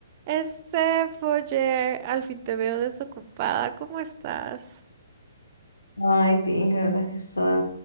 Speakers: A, on the right (about 40°); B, on the left (about 75°).
A: Este, Foyer, al fin te veo desocupada. ¿Cómo estás?
B: Ay, Tiff, la verdad es que soy